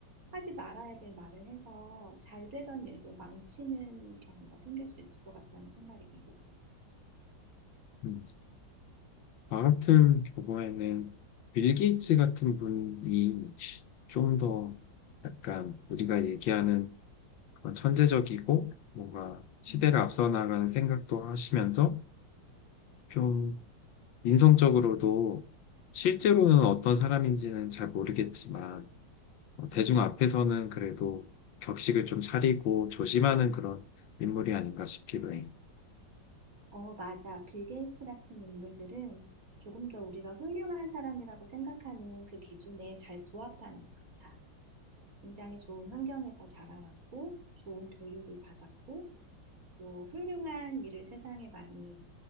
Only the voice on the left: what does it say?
음, 저 같은 경우에는 빌 게이츠 같은 분이 좀 더 약간 우리가 얘기하는 그런 천재적이고 뭔가 시대를
앞서 나가는 생각도 하시면서 좀 인성적으로도 실제로는 어떤 사람인지는 잘 모르겠지만 어, 대중
앞에서는 그래도 격식을 좀 차리고 조심하는 그런 인물이 아닌가 싶기도 해.